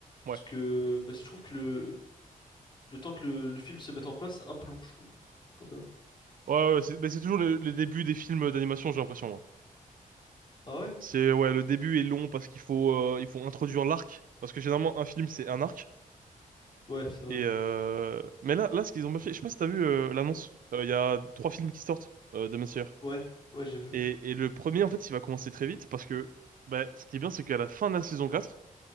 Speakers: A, on the right; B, on the left.
A: Ouais.
B: parce que bah, je trouve que le, le temps que le, le film se mette en place, c'est un peu long, je trouve, quand même.
A: Ouais, ouais, c'est mais c'est toujours le, le début des films d'animation, j'ai l'impression, moi.
B: Ah ouais?
A: C'est, ouais, le début est long parce qu'il faut, euh, il faut introduire l'arc. Parce que généralement, un film, c'est un arc.
B: Ouais, c'est vrai.
A: Et euh... Mais là, là, ce qu'ils ont fait, je sais pas si t'as vu euh, l'annonce. Euh, Il y a trois films qui sortent, euh, Demon Slayer.
B: Ouais, ouais, j'ai vu.
A: Et, et le premier, en fait, il va commencer très vite parce que bah, ce qui est bien, c'est qu'à la fin de la saison 4,